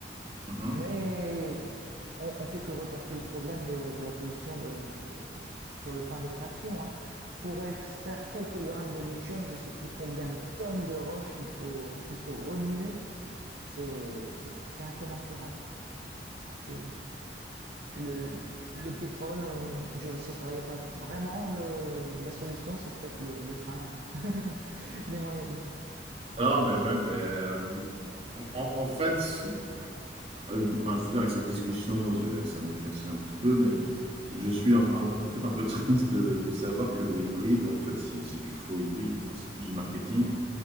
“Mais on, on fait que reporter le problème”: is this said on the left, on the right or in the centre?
Right